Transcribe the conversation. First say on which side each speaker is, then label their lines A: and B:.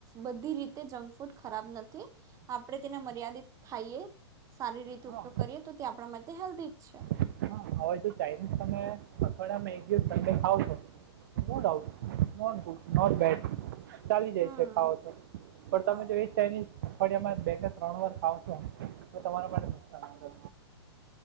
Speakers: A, on the right (about 25°); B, on the right (about 50°).
A: બધી રીતે જંક ફૂડ ખરાબ નથી આપણે તેને મર્યાદિત ખાઈએ સારી રીતે
B: હા
A: ઉપયોગ કરીએ તો, તે આપણા માટે હેલ્ધી જ છે.
B: હા હવે તો, ચાઇનીઝ તમે અઠવાડિયામાં એક દિવસ સન્ડે ખાવ છો, no doubt, not good, not bad. ચાલી જાય
A: હમ
B: છે ખાવો તો પણ તમે
A: હા
B: જો એ જ ચાઇનીઝ અઠડિયામાં બે કે ત્રણ વાર ખાવ છો તો તમારા માટે નુકસાન